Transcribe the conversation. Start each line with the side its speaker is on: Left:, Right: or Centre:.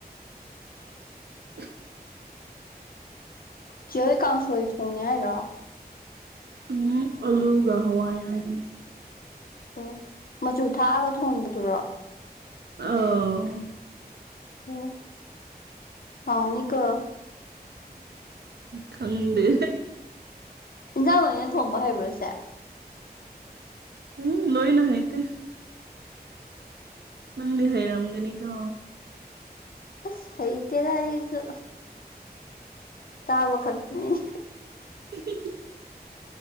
Right: <unintelligible>
Left: ꯀꯦ ꯀꯥꯡꯁꯣꯏ ꯊꯣꯡꯉꯦ ꯍꯥꯏꯔꯣ
Right: ꯎꯝ ꯑꯂꯨꯒ ꯍꯋꯥꯏ ꯍꯥꯏꯕꯅ
Left: ꯑꯣ ꯃꯆꯨ ꯊꯥꯛꯑꯒ ꯊꯣꯡꯕꯗꯨꯔꯣ
Right: ꯑ
Left: ꯑꯣ ꯍꯥꯎꯅꯤ ꯀ
Right: ꯈꯪꯗꯦ
Left: ꯏꯟꯁꯥꯡ ꯑꯣꯏꯅ ꯊꯣꯡꯕ ꯍꯩꯕ꯭ꯔꯁꯦ
Right: ꯎꯝ ꯂꯣꯣꯏꯅ ꯍꯥꯏꯥꯏꯇ ꯅꯪꯗꯤ ꯍꯩꯔꯝꯒꯅꯤ ꯀꯣ
Left: ꯑꯁ ꯍꯩꯇꯗ ꯑꯩꯁꯨ ꯇꯥꯕ ꯈꯛꯇ ꯎ
Right: <unintelligible>